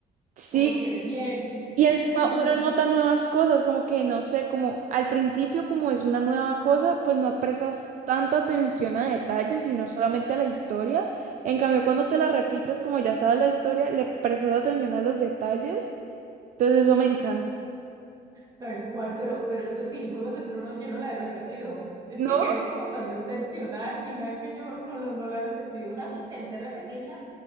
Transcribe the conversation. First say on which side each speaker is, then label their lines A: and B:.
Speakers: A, on the right (about 50°); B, on the right (about 20°).
A: sí,
B: como que bien,
A: Y
B: <laughs>
A: encima uno nota nuevas cosas, como que no sé, como al principio como es una nueva cosa, pues no prestas tanta atención a detalles, sino solamente a la historia. En cambio, cuando te la repites, como ya sabes la historia, le prestas atención a los detalles. Entonces eso me encanta.
B: Tal cual, pero, pero eso sí, Juegos de Tronos yo no la he repetido. Es
A: ¿No?
B: que quedé como tan decepcionada al final que yo no, no, no la he repetido. Una vez intenté repetirla,